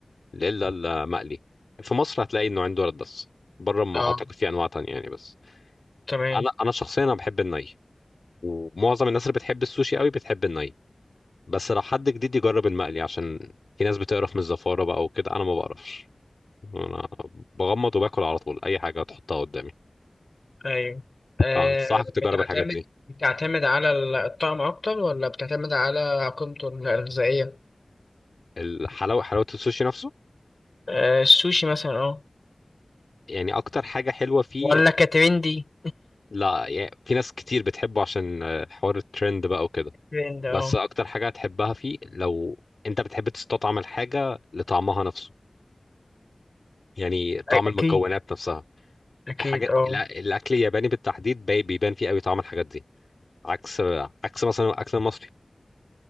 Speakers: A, on the left (about 70°); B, on the left (about 50°).
A: الا المقلي في مصر هتلاقي النوعين دولت بس بره ما
B: اه
A: اعتقد في انواع تانية يعني بس
B: تمام
A: انا انا شخصيا انا بحب الني ومعظم الناس اللي بتحب السوشي قوي بتحب الني بس لو حد جديد يجرب المقلي عشان في ناس بتقرف من الزفارة بقى وكده أنا ما بقرفش أنا بغمض وباكل على طول أي حاجة تحطها قدامي
B: ايوه آه
A: فأنصحك تجرب
B: بتعتمد
A: الحاجات دي
B: بتعتمد على ال- الطعم اكتر ولا بتعتمد على قيمته الغذائيه
A: الحلاوة حلاوة السوشي نفسه
B: آه السوشي مثلا اه
A: يعني أكتر حاجة حلوة فيه
B: ولا كترندي
A: لا يعني في ناس كتير بتحبه عشان آه، حوار الترند بقى وكده
B: ترند
A: بس
B: اه
A: أكتر حاجة هتحبها فيه لو أنت بتحب تستطعم الحاجة لطعمها نفسه يعني طعم
B: أ-
A: المكونات
B: اكيد
A: نفسها
B: اكيد
A: الحاجة الأ-
B: اه
A: الأكل الياباني بالتحديد بي- بيبان فيه قوي طعم الحاجات دي عكس عكس مثلا الاكل المصري